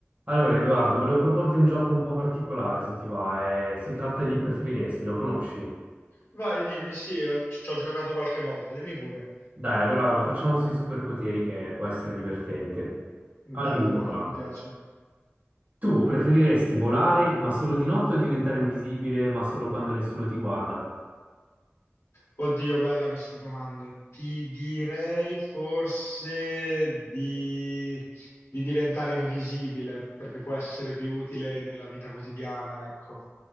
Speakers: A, on the right (about 40°); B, on the left (about 70°).
A: Allora, Edoardo, volevo proporti un gioco un po' particolare, se ti va. eh, si tratta di preferiresti, lo conosci?
B: Vai, dimmi, sì, al- ci ho giocato qualche volta, dimmi pure.
A: Dai, allora lo facciamo sui superpoteri che può essere divertente. Allora,
B: Bello, mi piace.
A: tu preferiresti volare ma solo di notte o diventare invisibile ma solo quando nessuno ti guarda?
B: Oddio, bella questa domanda. Ti direi forse di, di diventare invisibile, perché può essere più utile nella vita quotidiana, ecco.